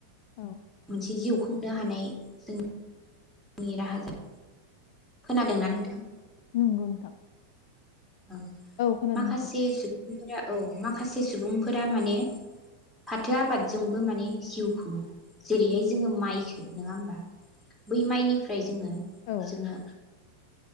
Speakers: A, on the left; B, in the centre.
A: औ
B: मोनसे जिउ खुंनो हानाय जोंनि राहाजों खोनादोंना नोंथां?
A: नोंगौ नोंथां।
B: औ
A: खोनादों
B: माखासे
A: नोंथां
B: <unintelligible> औ माखासे सुबुंफोरा माने फाथो आबादजोंबो माने जिउ खुङो जेरैहाय जोङो माइखो नङा होमबा बै माइनिफ्राय जोङो
A: औ
B: जोङो
A: नंगौ